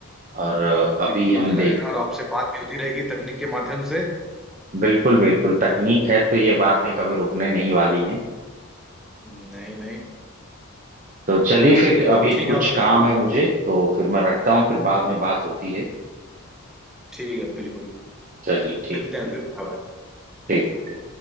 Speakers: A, on the right; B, in the centre.
A: और अभी
B: बिल्कुल
A: हम
B: होता
A: देख
B: रहेगा और आपसे बात भी होती रहेगी तकनीक के माध्यम से
A: बिल्कुल बिल्कुल तकनीक है तो ये बातें कभी रुकने नहीं वाली हैं
B: नहीं नहीं
A: तो चलिए फिर
B: चलिए
A: अभी
B: तब ठीक
A: कुछ
B: है आपसे
A: काम है मुझे तो फिर मैं रखता हूँ फिर बाद में बात होती है
B: ठीक है बिल्कुल
A: चलिए ठीक
B: मिलते हैं
A: ठीक
B: फिर Bye
A: ठीक
B: bye
A: ठीक।